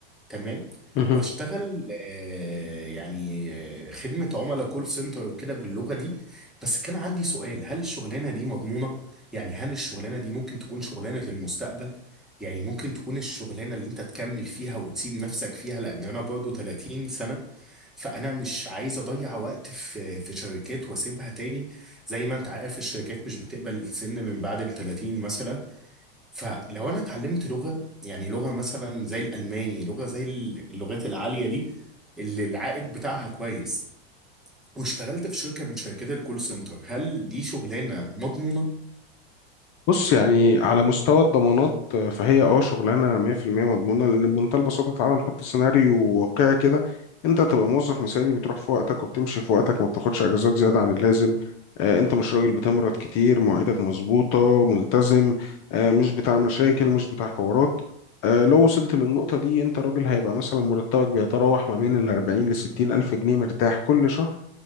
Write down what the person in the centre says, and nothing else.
تمام
واشتغل آه، يعني آه، خدمة عملاء كول سنتر وكده باللغة دي بس كان عندي سؤال هل الشغلانة دي مضمونة؟ يعني هل الشغلانة دي ممكن تكون شغلانة المستقبل؟ يعني ممكن تكون الشغلانة اللي انت تكمل فيها وتسيب نفسك فيها لان انا برضو 30 سنة فانا مش عايز اضيع وقت في في شركات واسيبها تاني زي ما انت عارف الشركات مش بتقبل السن من بعد ال 30 مثلا فلو انا اتعلمت لغه يعني لغه مثلا زي الالماني لغه زي اللغات العاليه دي اللي العائد بتاعها كويس واشتغلت في شركه من شركات الكول سنتر هل دي شغلانه مضمونه